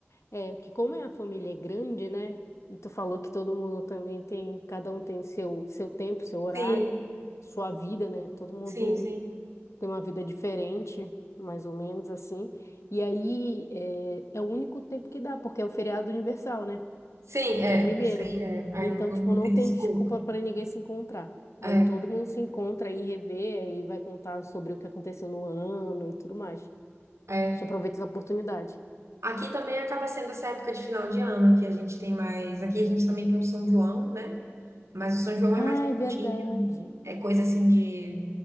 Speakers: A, on the left; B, on the right.
A: é, que como é a família é grande, né? E tu falou que todo mundo também tem, cada um tem seu, seu tempo, seu horário,
B: Sim,
A: sua vida, né? Todo mundo
B: sim, sim.
A: tem uma vida diferente, mais ou menos assim. E aí é, é o único tempo que dá, porque é o feriado universal, né?
B: Sim, é,
A: Dia primeiro.
B: isso aí é. Aí
A: Então,
B: não, não
A: tipo,
B: não
A: não
B: tem
A: tem
B: desculpa.
A: desculpa para ninguém se encontrar. Aí
B: É,
A: todo mundo se encontra aí revê, aí vai contar sobre o que aconteceu no ano e tudo mais.
B: é.
A: A gente aproveita essa oportunidade.
B: Aqui também acaba sendo essa época de final de ano que a gente tem mais. Aqui a gente também tem o São João, né? Mas o São João
A: Ah,
B: é mais curtinho.
A: é verdade.
B: É coisa assim de.